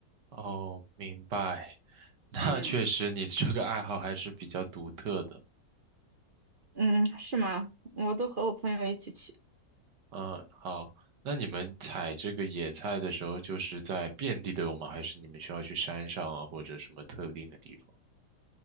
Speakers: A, on the right; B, on the right.
A: 哦，明白。<laughs> 那确实，
B: 嗯
A: 你这个爱好还是比较独特的。
B: 嗯，是吗？我都和我朋友一起去。
A: 嗯，好。那你们采这个野菜的时候，就是在遍地都有吗？还是你们需要去山上啊，或者什么特定的地方？